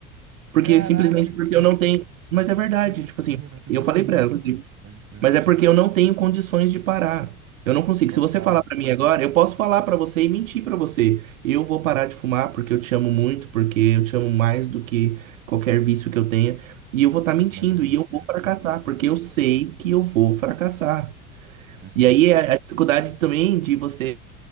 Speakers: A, on the right (about 75°); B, on the right (about 40°).
A: Porque
B: Caraca,
A: simplesmente porque
B: cara.
A: eu não tenho, mas é verdade,
B: Que loucura.
A: tipo assim,
B: Você
A: eu
B: tava
A: falei
B: muito.
A: pra ela,
B: Pode crer.
A: mas é porque eu não tenho condições de parar. Eu não consigo.
B: Total.
A: Se você falar pra mim agora, eu posso falar pra você e mentir pra você. Eu vou parar de fumar porque eu te amo muito, porque eu te amo mais do que qualquer vício que eu tenha. E eu vou estar mentindo
B: Mas é mentira.
A: e eu vou fracassar,
B: Pode crer.
A: porque eu sei que eu vou fracassar.
B: Perfeito.
A: E aí é a dificuldade também de você.